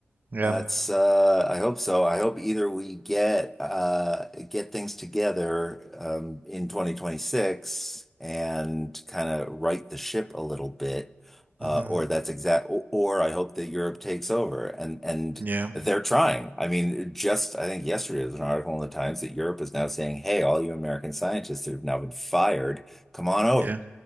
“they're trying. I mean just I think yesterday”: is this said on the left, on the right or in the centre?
Centre